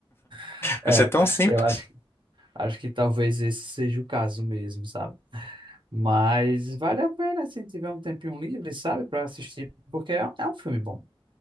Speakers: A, on the right; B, on the left.
A: <laughs>
B: vai
A: é,
B: ser tão simples.
A: eu acho Acho que talvez esse seja o caso mesmo, sabe? Mas vale a pena, se tiver um tempinho livre, sabe, para assistir, porque é, é um filme bom.